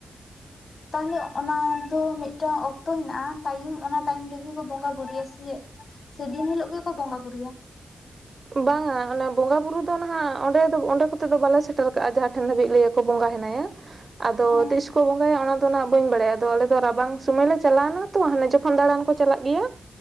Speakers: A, on the left (about 55°); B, on the right (about 40°).
A: ᱛᱟᱦᱚᱞᱮ ᱚᱱᱟ ᱫᱚ ᱢᱤᱫᱴᱟᱝ ᱚᱠᱛᱚ ᱚᱠᱛᱚ ᱦᱮᱱᱟᱜᱼᱟ ᱴᱟᱭᱤᱢ ᱚᱱᱟ ᱴᱟᱭᱤᱢ ᱨᱮᱜᱮ ᱠᱚ ᱵᱚᱸᱜᱟ ᱵᱩᱨᱩᱭᱟ ᱥᱮ ᱪᱮᱫ ᱥᱮ ᱫᱤᱱ ᱦᱤᱞᱳᱜ ᱜᱮᱠᱚ ᱵᱚᱸᱜᱟ ᱵᱩᱨᱩᱭᱟ
B: ᱵᱟᱝ ᱟ ᱚᱱᱮ ᱵᱚᱸᱜᱟᱼ ᱵᱩᱨᱩ ᱫᱚ ᱱᱟᱦᱟᱜ ᱚᱸᱰᱮ ᱫᱚ ᱚᱸᱰᱮ ᱠᱚᱛᱮ ᱫᱚ ᱵᱟᱞᱮ ᱥᱮᱴᱮᱨ ᱠᱟᱜᱼᱟ, ᱡᱟᱦᱟᱸ ᱴᱷᱮᱱ ᱫᱷᱟᱹᱵᱤᱡ ᱞᱟᱹᱭᱟ ᱠᱚ ᱵᱚᱸᱜᱟ ᱦᱮᱱᱟᱭᱟ᱾ ᱟᱫᱚ
A: ᱦᱮᱸ
B: ᱛᱤᱥ ᱠᱚ ᱵᱚᱸᱜᱟ ᱦᱩᱭᱩᱜᱼᱟ, ᱚᱱᱟ ᱫᱚ ᱱᱟᱜ ᱵᱟᱹᱧ ᱵᱟᱲᱟᱭᱟ ᱟᱫᱚ ᱟᱞᱮᱫ ᱫᱚ ᱨᱟᱵᱟᱝ ᱥᱩᱚᱢᱚᱭ ᱞᱮ ᱪᱟᱞᱟᱣᱮᱱᱟ ᱦᱟᱱᱮ ᱡᱚᱠᱷᱚᱱ ᱫᱟᱬᱟᱱ ᱠᱚ ᱪᱟᱞᱟᱜ ᱜᱮᱭᱟ